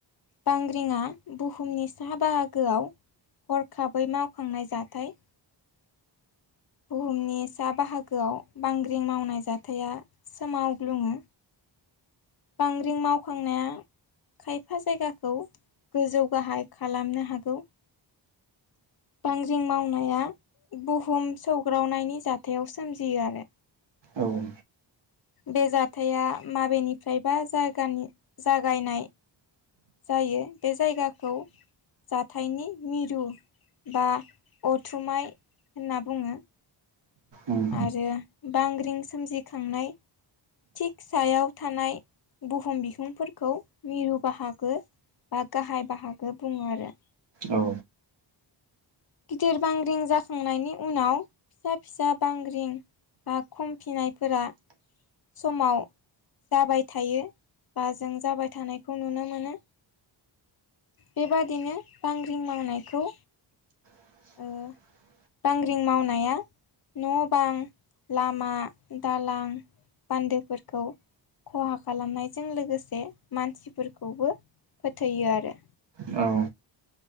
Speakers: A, on the left (about 50°); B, on the right (about 65°).
A: बांग्रिङा बुहुमनि साहा बाहागोआव हरखाबै मावखांनाय जाथाय बुहुमनि सा बाहागोआव बांग्रिं मावनाय जाथाया सोमावग्लुङो। बांग्रिं मावखांनाया खायफा जायगाखौ गोजौ गाहाय खालामनो हागौ। बांग्रिं मावनाया बुहुम सौग्रावनायनि जाथायाव सोमजियो आरो
B: औ औ
A: बे जाथाया माबेनिफ्रायबा जागानि जागायनाय जायो बे जायगाखौ जाथायनि मिरु बा अथुमाय होनना बुङो।
B: उम
A: आरो बांग्रिं सोमजिखांनाय थिख सायाव थानाय बुहुम बिहुंफोरखौ मिरु बाहागो बा गाहाय बाहागो बुङो आरो
B: औ
A: गिदिर बांग्रिं जाखांनायनि उनाव फिसा फिसा बांग्रिं बा खमफिनायफोरा समाव जाबाय थायो बा जों जाबाय थानायखौ नुनो मोनो। बेबादिनो बांग्रिं मावनायखौ
B: <inaudible>
A: ओ बांग्रिं मावनाया न' बां लामा दालां बान्दोफोरखौ खहा खालामनायजों लोगोसे मानसिफोरखौबो फोथैयो आरो।
B: औ